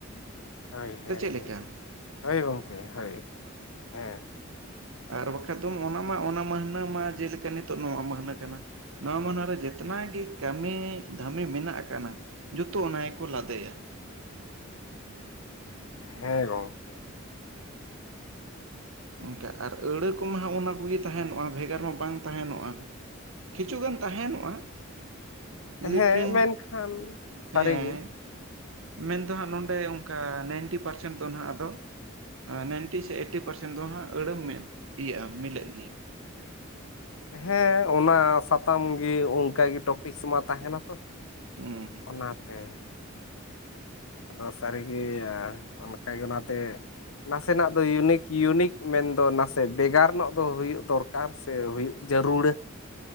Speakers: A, on the left; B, on the right.
A: ᱦᱳᱭ ᱦᱳᱭ
B: ᱥᱮ ᱪᱮᱫ ᱞᱮᱠᱟ
A: ᱦᱳᱭ ᱜᱚᱝᱠᱮ ᱦᱳᱭ ᱦᱮᱸ
B: ᱟᱨ ᱵᱟᱠᱷᱟᱡ ᱫᱚ ᱚᱱᱟ ᱢᱟ ᱚᱱᱟ ᱢᱟᱹᱦᱱᱟᱹ ᱢᱟ ᱡᱮᱞᱮᱠᱟ ᱱᱤᱛᱚᱜ ᱱᱚᱣᱟ ᱢᱟᱹᱦᱱᱟᱹ ᱠᱟᱱᱟ ᱱᱚᱣᱟ ᱢᱟᱱᱣᱟᱵᱨᱮ ᱡᱮᱛᱱᱟ ᱜᱮ ᱠᱟᱹᱢᱤ ᱫᱷᱟᱹᱢᱤ ᱢᱮᱱᱟᱜ ᱟᱠᱟᱱᱟ, ᱡᱚᱛᱚ ᱚᱱᱟ ᱜᱮᱠᱚ ᱞᱟᱫᱮᱭᱟ᱾
A: ᱦᱮᱸ ᱜᱚᱢ
B: ᱚᱱᱠᱟ ᱟᱨ ᱟᱹᱲᱟᱹ ᱠᱚᱢᱟ ᱦᱟᱸᱜ ᱚᱱᱟ ᱠᱚᱜᱮ ᱛᱟᱦᱮᱱᱚᱜᱼᱟ᱾ ᱵᱷᱮᱜᱟᱨ ᱢᱟ ᱵᱟᱝ ᱛᱟᱦᱮᱱᱚᱜᱼᱟ᱾ ᱠᱤᱪᱷᱩ ᱜᱟᱱ ᱛᱟᱦᱮᱸᱱᱚᱜᱼᱟ᱾ ᱞᱮᱠᱤᱱ
A: ᱦᱮᱸ ᱢᱮᱱᱠᱷᱟᱱ
B: ᱦᱮᱸ
A: ᱥᱟᱹᱨᱤᱜᱮ
B: ᱢᱮᱱ ᱫᱚ ᱦᱟᱸᱜ ᱱᱚᱰᱮ ᱚᱱᱠᱟ ᱱᱟᱭᱤᱱᱴᱤ ᱯᱟᱨᱥᱮᱱ ᱫᱚ ᱱᱟᱜ ᱟᱫᱚ ᱱᱟᱭᱤᱱᱴᱤ ᱥᱮ ᱮᱭᱤᱴᱴᱤ ᱯᱟᱨᱥᱮᱱ ᱫᱚ ᱦᱟᱸᱜ ᱟᱹᱲᱟᱹ ᱤᱭᱟᱹᱜᱼᱟ ᱢᱤᱞᱟᱹᱜ ᱜᱮᱭᱟ᱾
A: ᱦᱮᱸ ᱚᱱᱟ ᱥᱟᱛᱟᱢ ᱜᱮ ᱚᱱᱠᱟᱜᱮ ᱴᱚᱯᱤᱥ ᱢᱟ ᱛᱟᱦᱮᱸᱱᱟ ᱛᱚ᱾
B: ᱦᱩᱸ ᱦᱩᱸ
A: ᱚᱱᱟᱛᱮ᱾ ᱟᱫᱚ ᱥᱟᱹᱨᱤᱜᱮ ᱚᱱᱠᱟ ᱜᱮ ᱚᱱᱟᱛᱮ ᱱᱟᱥᱮᱱᱟᱜ ᱫᱚ ᱤᱭᱩᱱᱤᱠ, ᱤᱭᱩᱱᱤᱠ ᱢᱮᱱᱫᱚ ᱱᱟᱥᱮ ᱵᱮᱜᱟᱨ ᱧᱚᱜ ᱫᱚ ᱦᱩᱭᱩᱜ ᱫᱚᱨᱠᱟᱨ᱾ ᱠᱟᱨ ᱥᱮ ᱦᱩᱭ ᱡᱟᱹᱨᱩᱲᱟᱹ᱾